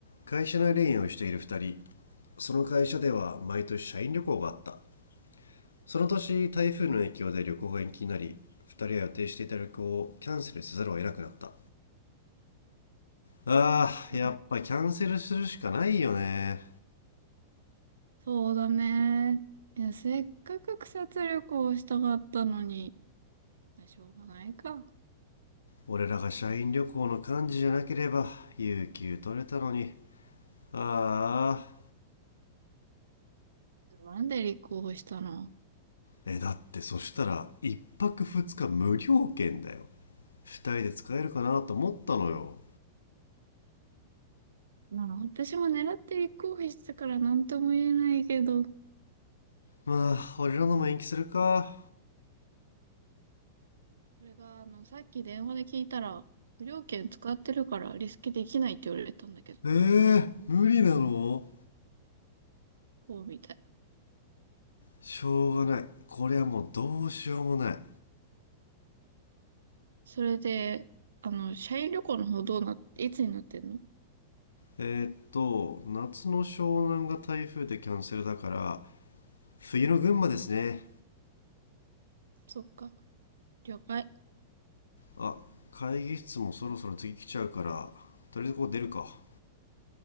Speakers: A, on the left; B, on the right.
A: 会社内恋愛をしている2人その会社では毎年社員旅行があったその年台風の影響で旅行が延期になり2人は予定していた旅行をキャンセルせざるを得なくなったあーやっぱキャンセルするしかないよね
B: うんそうだね。いや、せっかく草津旅行をしたかったのに、まあ、しょうがないか。
A: 俺らが社員旅行の幹事じゃなければ有給取れたのにああ
B: なんで立候補したの
A: えだってそしたら1泊2日無料券だよ2人で使えるかなと思ったのよ
B: まあ、私も狙って立候補してたから何とも言えないけど、
A: まあ俺らのも延期するか
B: それが、あの、さっき電話で聞いたら、無料券使ってるからリスケできないって言われたんだけど、
A: えー、無理なの
B: そうみたい。
A: しょうがない。これはもうどうしようもない。
B: それで、あの、社員旅行の方どうないつになってんの
A: えーっと、夏の湘南が台風でキャンセルだから、冬の群馬ですね。
B: そっか、了解。
A: あ、会議室もそろそろ次来ちゃうから、とりあえずここ出るか。